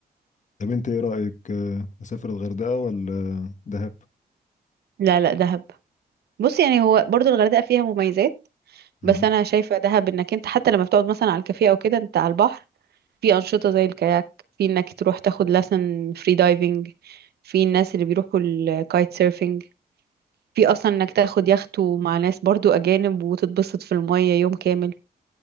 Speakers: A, on the left (about 50°); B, on the right (about 80°).
A: طب انت ايه رايك آه، اسافر الغردقه ولا دهب
B: لا لا دهب بص يعني هو برضو الغردقة فيها مميزات
A: مم.
B: بس انا شايفة دهب انك انت حتى لما بتقعد مثلا على الكافيه او كده انت على البحر في أنشطة زي الكاياك في إنك تروح تاخد لسن فري دايفنج في الناس اللي بيروحوا الكايت سيرفينج في أصلا إنك تاخد يخته مع ناس برضو أجانب وتتبسط في المية يوم كامل